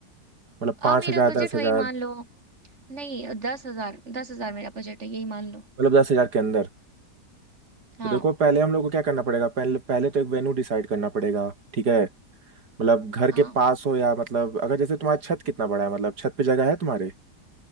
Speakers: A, on the right (about 65°); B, on the right (about 40°).
A: मतलब पाँच
B: आ मेरा
A: हज़ार
B: बजट
A: दस हज़ार
B: वही मान लो नहीं दस हजार दस हजार मेरा बजट है यही मान लो
A: मतलब दस हज़ार के अंदर
B: हाँ
A: तो देखो पहले हम लोग को क्या करना पड़ेगा पहले पहले तो एक वेन्यू डिसाइड करना पड़ेगा ठीक है मतलब घर
B: हाँ
A: के पास हो या मतलब अगर जैसे तुम्हारा छत कितना बड़ा है मतलब छत पे जगह है तुम्हारे